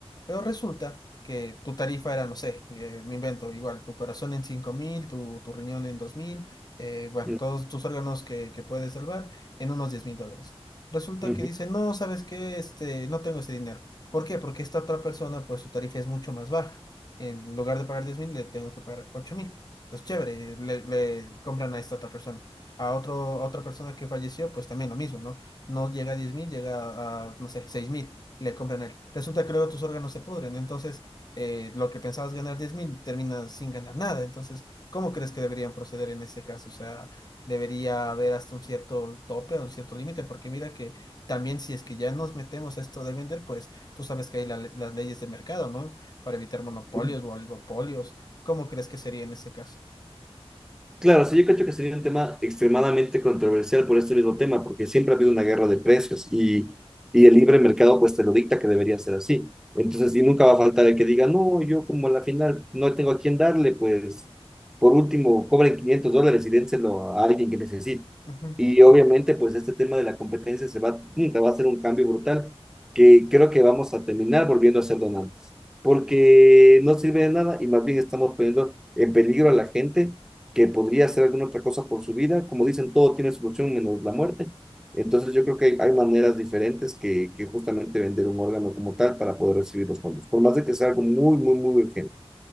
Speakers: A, on the left; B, in the centre.
A: Pero resulta que tu tarifa era, no sé, eh, me invento, igual, tu corazón en cinco mil, tu, tu riñón en dos mil, eh, bueno,
B: Mm,
A: todos tus órganos que, que puedes salvar en unos diez mil dólares. Resulta
B: mm,
A: que dice, no, ¿sabes qué? Este, no tengo ese dinero. ¿Por qué? Porque esta otra persona, pues su tarifa es mucho más baja. En lugar de pagar diez mil, le tengo que pagar ocho mil. Entonces, chévere, le, le compran a esta otra persona a otro, a otra persona que falleció, pues también lo mismo, ¿no? No llega a 10.000 llega a, no sé, 6.000 le compran él. Resulta que luego tus órganos se pudren, entonces eh, lo que pensabas ganar 10.000 terminas sin ganar nada. Entonces, ¿cómo crees que deberían proceder en ese caso? O sea, debería haber hasta un cierto tope o un cierto límite, porque mira que también si es que ya nos metemos a esto de vender, pues tú sabes que hay la le- las leyes de mercado, ¿no? Para evitar monopolios
B: mm,
A: o oligopolios. ¿Cómo crees que sería en ese caso?
B: Claro, sí, yo creo que sería un tema extremadamente controversial por este mismo tema, porque siempre ha habido una guerra de precios y, y el libre mercado pues te lo dicta que debería ser así. Entonces, y nunca va a faltar el que diga, no, yo como a la final no tengo a quién darle, pues por último cobren 500 dólares y dénselo a alguien que necesite.
A: Ujú.
B: Y obviamente pues este tema de la competencia se va, mm, va a ser un cambio brutal que creo que vamos a terminar volviendo a ser donantes, porque no sirve de nada y más bien estamos poniendo en peligro a la gente que podría hacer alguna otra cosa por su vida. Como dicen, todo tiene solución menos la muerte. Entonces yo creo que hay, hay maneras diferentes que, que justamente vender un órgano como tal para poder recibir los fondos, por más de que sea algo muy, muy, muy urgente.